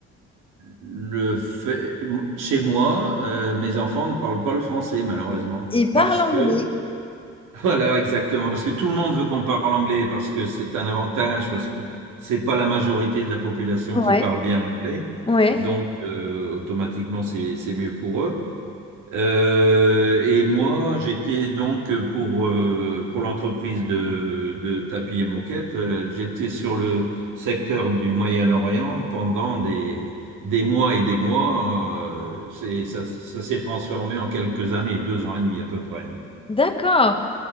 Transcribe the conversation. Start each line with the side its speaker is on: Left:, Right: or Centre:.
Right: le fait- chez moi, euh, mes enfants ne parlent pas le français, malheureusement.
Left: Il parle
Right: Parce
Left: anglais.
Right: que, <laughs> voilà, exactement, parce que tout le monde veut qu'on parle anglais, parce que c'est un avantage, parce que c'est pas la majorité de la population
Left: Ouais,
Right: qui parle bien l'anglais.
Left: ouais.
Right: Donc, euh, automatiquement, c'est c'est mieux pour eux. Euh, et moi, j'étais donc pour, euh, pour l'entreprise de, de tapis et moquettes, euh, j'étais sur le secteur du Moyen-Orient pendant des, des mois et des mois. euh, c'est, ça, ça s'est transformé en quelques années, deux ans et demi à peu près. hein.
Left: D'accord.